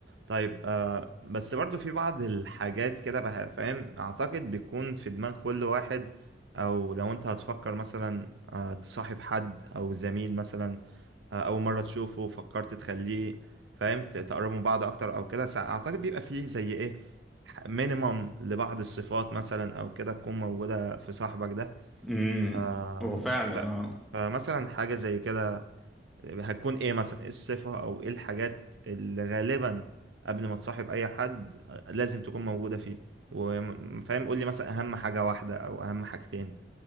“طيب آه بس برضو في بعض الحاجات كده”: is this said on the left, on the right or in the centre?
Right